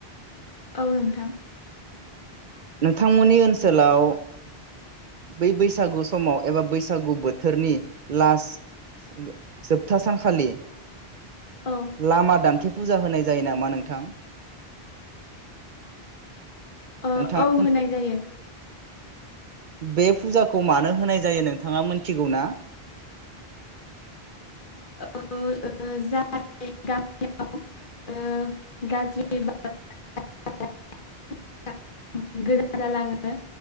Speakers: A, on the left (about 55°); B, on the right (about 55°).
A: औ नोंथां।
B: नोंथांमोननि ओनसोलाव बै बैसागु समाव एबा बै सागु बोथोरनि लास गो जोबथा सानखालि
A: औ
B: लामा दान थे फुजा होनाय जायो नामा नोंथां
A: ओ
B: नोंथाङा
A: औ होनाय जायो।
B: बे फुजाखौ मानो होनाय जायो नोंथाङा मिथिगौ ना
A: औ ओ जाहाथे गामियाव ओ गाज्रि बार <unintelligible> गोजा जालाङो